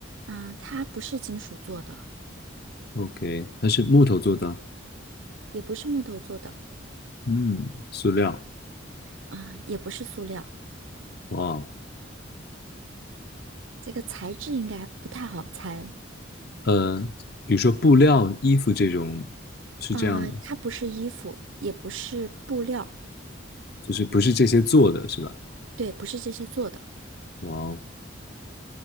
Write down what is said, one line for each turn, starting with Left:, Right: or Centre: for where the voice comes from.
Right: 啊，它不是金属做的，
Left: ？OK，它是木头做的，
Right: 也不是木头做的，
Left: 嗯，塑料，
Right: 啊，也不是塑料。
Left: 哇哦
Right: 这个材质应该不太好猜。
Left: 呃，比如说布料、衣服这种，是这样的，
Right: 啊，它不是衣服，也不是布料，
Left: 就是不是这些做的是吧？
Right: 对，不是这些做的。
Left: 哇哦，